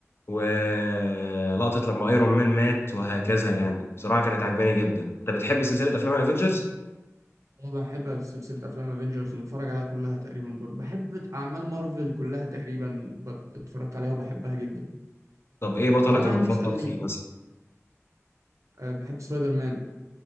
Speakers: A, on the left; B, on the right.
A: ولقطة لما ايرون مان مات وهكذا يعني بصراحة كانت عجباني جدا انت بتحب سلسلة افلام الافينجرز
B: انا بحب سلسله افلام افنجرز ومتفرج عليها كلها تقريبا برضه بحب اعمال مارفل كلها تقريبا بت- اتفرجت عليها وبحبها جدا
A: طب ايه بطلك
B: طب انا
A: المفضل
B: عندي سؤال
A: فيه
B: ليك
A: مثلا
B: أه، بحب سبايدر مان